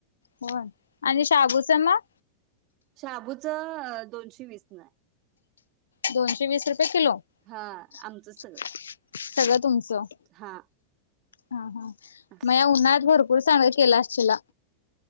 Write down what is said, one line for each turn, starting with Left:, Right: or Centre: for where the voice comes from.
Left: होन आणि शाबूचं मग
Right: शाबूच दोनशे वीस न आहे.
Left: दोनशे वीस रुपये किलो
Right: हा
Left: सगळं
Right: आमचंच
Left: तुमचं
Right: हा.
Left: हा हा
Right: अस
Left: मग या उन्हा्हात भरपूर चांग केला असलेला.